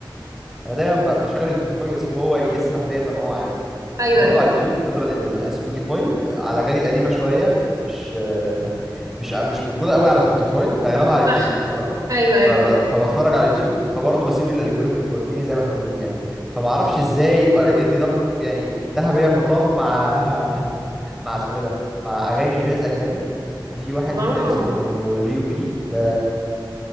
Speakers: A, in the centre; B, on the right (about 45°).
A: انا دايما ب- بشغل سبوتيفاي واسيبه هو يسرح بيا زي ما هو عايز
B: ايوه
A: وبرضه
B: ايوه
A: على اليوتيوب نظرا ان سبوتيفاي على الاغاني القديمه شويه مش آه، مش آه، مش موجوده قوي على سبوتيفاي فاغلبها على
B: صح
A: اليوتيوب تمام
B: ايوه ايوه
A: فب... فبتفرج على اليوتيوب فبرضه بسيب الالجوريزم توديني زي ما توديني يعني فما اعرفش ازاي اي اند اب يعني انتهى بيا المطاف مع <laughs> مع اسمه ايه ده مع اغاني جاز اجنبي ففي واحد
B: الله
A: اسمه ليو بي ده